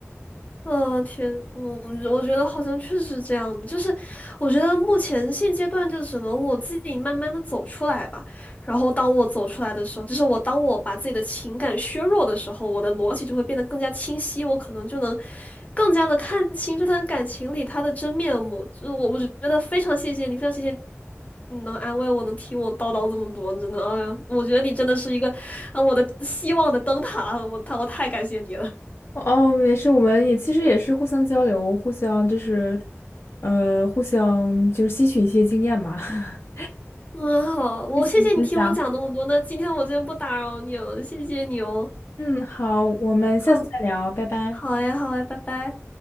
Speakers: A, on the left (about 30°); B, on the left (about 55°).
A: 嗯，天，我我觉得好像确实是这样，就是我觉得目前现阶段就只能我自己慢慢的走出来吧。然后当我走出来的时候，就是我当我把自己的情感削弱的时候，我的逻辑就会变得更加清晰，我可能就能更加的看清这段感情里他的真面目。就是我我觉得非常谢谢你，非常谢谢你能安慰我，能听我叨叨这么多，真的，哎呀，我觉得你真的是一个，啊，我的希望的灯塔，我太我太感谢你了。
B: 哦，没事，我们也其实也是互相交流，互相就是，呃，互相就是吸取一些经验嘛。<laughs>
A: 嗯，好，我谢谢你听我讲那么多，
B: 谢谢你分享，
A: 那今天我就不打扰你了，谢谢你哦。
B: 嗯，好，我们下次再聊，
A: 好，
B: 拜拜。
A: 好哎，好哎，拜拜。